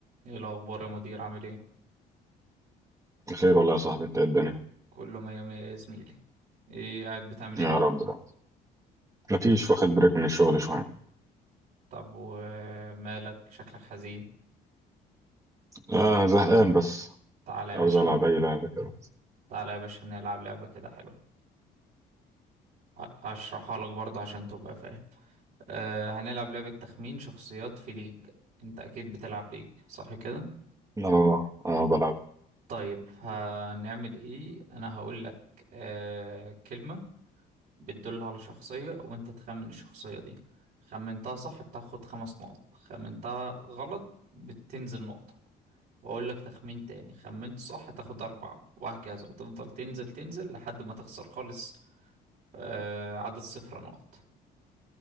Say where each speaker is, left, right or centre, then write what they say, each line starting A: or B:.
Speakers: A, on the right; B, on the right.
A: ايه الاخبار يا مدير عامل ايه
B: بخير والله يا صاحبي انت ايه الدنيا
A: كله مية مية يا زميلي ايه قاعد بتعمل ايه
B: يا
A: كده
B: رب ده مفيش واخد بريك من الشغل شوية
A: طب ومالك شكلك حزين
B: آه زهقان بس
A: تعالى يا
B: عاوز
A: باشا
B: ألعب أي لعبة كده
A: تعالى يا باشا نلعب لعبة كده حلوة ه- هشرحها لك برضه عشان تبقى فاهم أه هنلعب لعبة تخمين شخصيات في ليج انت اكيد بتلعب ليج صح كده
B: اه اه بلعب
A: طيب هنعمل ايه انا هقول لك أه كلمة بتدل على شخصية وانت تخمن الشخصية دي خمنتها صح بتاخد خمس نقط خمنتها غلط بتنزل نقطة واقول لك تخمين تاني خمنت صح تاخد أربعة وهكذا وتفضل تنزل تنزل لحد ما تخسر خالص آه عدد صفر نقط